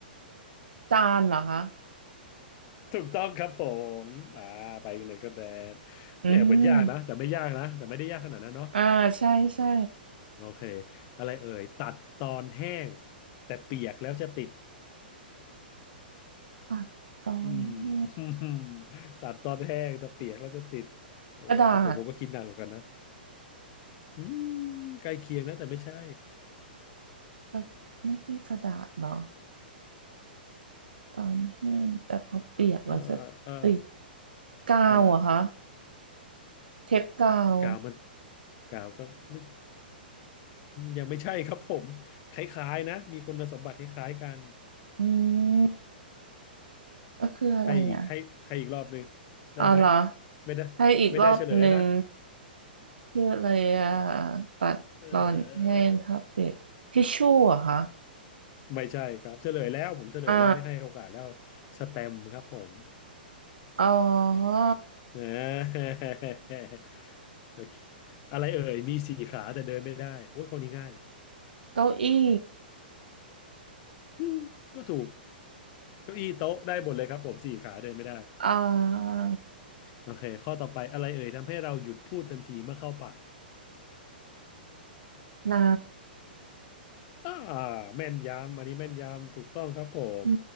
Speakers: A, on the right (about 65°); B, on the left (about 35°).
A: จานเหรอคะ
B: ถูกต้องครับผมอ่าไปเนเธอระแลน
A: <laughs> อืม
B: เนี่ยเหมือนยากนะแต่ไม่ยากนะ แต่ไม่ได้ยากขนาดนั้นเนาะ
A: อ่าใช่ใช่
B: โอเคอะไรเอ่ยตัดตอนแห้งแต่เปียกแล้วจะติด
A: ตัดตอนแห้ง
B: อืม <laughs> ตัดตอนแห้งแต่เปียกแล้วจะติดโอ้เป็นผมผมก็คิดหนักเหมือนกันนะ
A: กระดาษ
B: อืมใกล้เคียงนะแต่ไม่ใช่
A: กระไม่ใช่กระดาษเหรอ ตอนแห้งแต่พอเปียกแล้วจะติด
B: เออเออ
A: กาวเหรอะคะ
B: เออ
A: เทปกาว
B: กาวมันกาวก็ไม่ยังไม่ใช่ครับผมคล้ายๆนะมีคุณสมบัติคล้ายๆกัน
A: อืมก็คืออะไรอ่ะ
B: ให้อีกให้ให้อีกรอบหนึ่งได้ไหม
A: อ๋อเหรอ
B: ไม่ได้ไม่ได้เฉลยแล้วนะ
A: ให้อีกรอบหนึ่งคืออะไรอ่ะตัดตอนแห้งทับเปียกทิชชู่เหรอะคะ
B: เออไม่ใช่ครับเฉลยแล้วผมเฉลยแล้วไม่ให้โอกาสแล้ว
A: อ่า
B: สแตมป์ครับผม
A: อ๋อ
B: นะ <laughs> อโอเคอะไรเอ่ยมีสี่ขาแต่เดินไม่ได้โอ้ยคนนี้ง่าย
A: เก้าอี้
B: อืมก็ถูกเก้าอี้โต๊ะได้หมดเลยครับผมสี่ขาเดินไม่ได้
A: อ่า
B: โอเคข้อต่อไปอะไรเอ่ยทำให้เราหยุดพูดทันทีเมื่อเข้าปาก
A: น้
B: อ่าแม่นยำอันนี้แม่นยำถูกต้องครับผม
A: ำอื